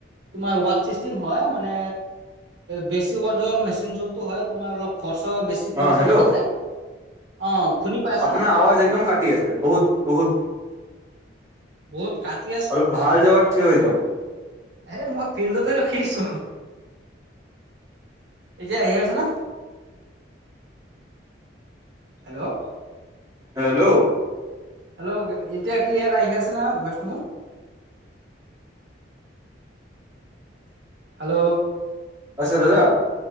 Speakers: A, on the right; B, on the right.
A: তোমাৰ ৱড চিষ্টেম হয় মানে বেছি ৱডৰ মেচিন যোনটো হয় তোমাৰ অলপ খ। খৰচ বেছি পৰি
B: অ
A: যাব
B: হেল্ল'
A: তাতে অ। শুনি পাই আছা
B: আপোনাৰ
A: না?
B: আৱাজ একদম কাটি আছে বহুত বহুত।
A: বহুত কাটি
B: অলপ ভাল জগাত থঠিক হৈ য।
A: এ মই ফিল্ডতে ৰখি আছো। এতিয়া আহি আছে ন। হেল্ল'।
B: হেল্ল'।
A: হেল্ল' এতিয়া ক্লিয়াৰ আহিআছে না ভইচটো মোৰ। হেল্ল'।
B: আছে দাদা।